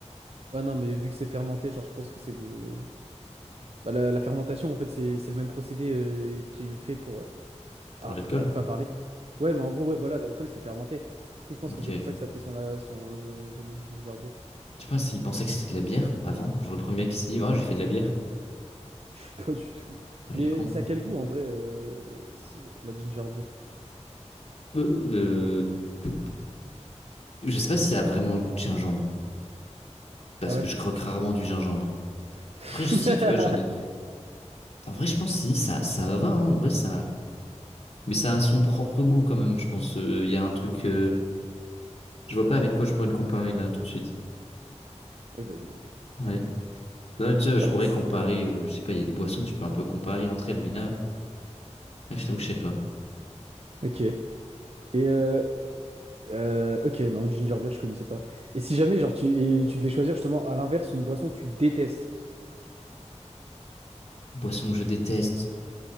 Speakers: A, on the right (about 55°); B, on the left (about 65°).
A: ouais, non, mais vu que c'est fermenté, genre, je pense que c'est. euh, Bah, la, la fermentation, en fait, c'est c'est le même procédé euh, qui est fait pour, euh,
B: Pour
A: Ah,
B: l'alcool?
A: j'arrive pas à parler. Ouais, mais en gros, ouais, voilà, l'alcool c'est fermenté. Du coup, je pense
B: Ok.
A: que c'est pour ça que ça a pris son, euh, son, euh, le nom de ginger beer.
B: Tu penses s'ils pensaient
A: Mais
B: que c'était de la bière avant? Genre le premier mec qui s'est dit, ah, j'ai fait de la bière.
A: <laughs> Je sais pas du tout.
B: Ouais,
A: Mais
B: il est con.
A: ça a quel goût en vrai, euh, ce- la ginger beer?
B: Euh, euh, Je sais pas si ça a vraiment le goût de gingembre. Parce
A: Ah ouais?
B: que je croque rarement du gingembre.
A: <laughs>
B: Après, je- si, tu vois, j'en ai. Enfin, En vrai, je pense si, ça, ça va, hein, en vrai, ça. Mais ça a son propre goût quand même, je pense. Euh, Il y a un truc. euh, Je vois pas avec quoi je pourrais le comparer là, tout de suite.
A: Ouais, bah, euh,
B: Ouais. Ouais, tu sais,
A: Charles.
B: je pourrais comparer. euh, Je sais pas, il y a des boissons que tu peux un peu comparer entre elles, mais là, ouais, je t'avoue, je sais pas.
A: Ok. Et euh, euh, ok, non, ginger beer, je connaissais pas. Et si jamais, genre, tu, et tu devais choisir justement à l'inverse une boisson que tu détestes.
B: Boisson que je déteste,